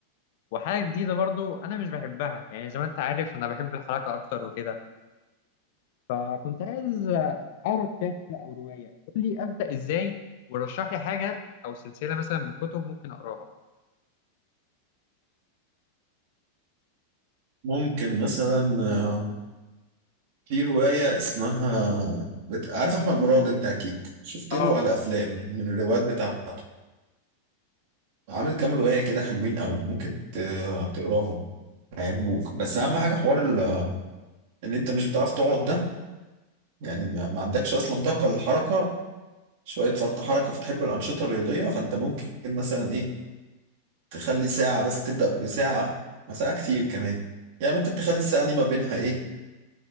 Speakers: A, on the left; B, on the right.
A: وحاجة جديدة برضو انا مش بحبها يعني زي ما انت عارف انا بحب الحركة اكتر وكده فكنت عايز اقرا كتاب كده او روايه قول لي ابدا ازاي ورشح لي حاجه او سلسله مثلا من كتب ممكن اقراها
B: ممكن مثلا آه، في رواية اسمها بت... عارف أحمد مراد أنت أكيد شفت
A: اه
B: له على أفلام من الروايات بتاعته عامل كام رواية كده حلوين أوي ممكن ت... تقراهم هيعجبوك بس أهم حاجة حوار ال... إن أنت مش بتعرف تقعد ده يعني ما, ما عندكش اصلا طاقه للحركه شويه فرط حركه فتحب الانشطه الرياضيه فانت ممكن مثلا ايه تخلي ساعه بس تبدا بساعه ما ساعه كتير كمان يعني ممكن تخلي الساعه دي ما بينها ايه